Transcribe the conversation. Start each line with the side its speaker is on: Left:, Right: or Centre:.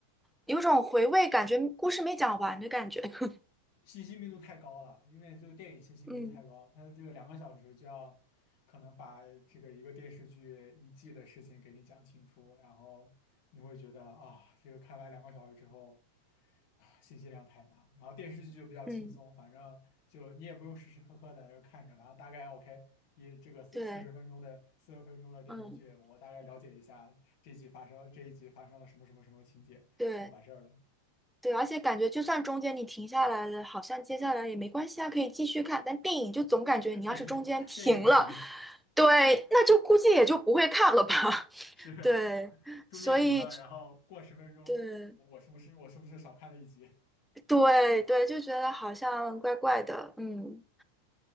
Centre: 有种回味，感觉故事没讲完的感觉。<laughs>
Left: 信息密度太高了，因为这个电影信息密度太高，
Centre: 嗯
Left: 它的这个两个小时就要可能把这个一个电视剧一季的事情给你讲清楚，然后你会觉得啊，这个看完两个小时之后啊，信息量太大。然后电视剧就比较轻松，
Centre: 嗯，
Left: 反正就你也不用时时刻刻在那儿看着，然后大概 OK。一这个四四十分钟的四十分钟的电视剧，
Centre: 对，嗯
Left: 我大概了解一下这集发生这一集发生了什么什么什么情节就完事儿了。
Centre: 对。对，而且感觉就算中间你停下来了，好像接下来也没关系啊，可以继续看。但电影就总感觉你要是中间停了，
Left: <laughs> 电电影不行，
Centre: 对，那就估计也就不会看了吧。
Left: 是。
Centre: <laughs> 对，
Left: 中间停了，
Centre: 所以
Left: 然后过十分钟，
Centre: 对
Left: 我我是不是我是不是少看了一集
Centre: 对对，就觉得好像怪怪的。嗯，